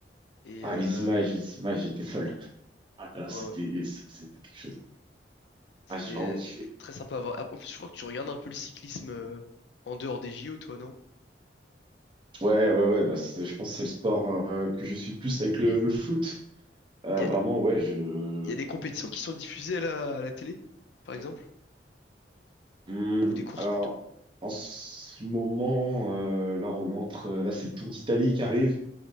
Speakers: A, on the left; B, on the right.
A: Et
B: Ah,
A: euh,
B: les images, les images étaient folles. Ah là,
A: ouais,
B: c'était,
A: ouais.
B: c'était quelque chose.
A: C'était
B: Ah, j'ai vraiment kiffé.
A: c'était très sympa à voir. En plus, je crois que tu regardes un peu le cyclisme euh, en dehors des JO, toi, non?
B: Ouais, ouais, ouais, bah, c'est- je pense que c'est le sport euh, que je suis le plus avec le, le foot. Euh,
A: Il y
B: vraiment,
A: a,
B: ouais, je.
A: il y a des compétitions qui sont diffusées à la, à la télé, par exemple,
B: Hmm,
A: ou des courses
B: alors,
A: plutôt.
B: en ce moment, euh, là, on entre. Là, c'est le Tour d'Italie qui arrive.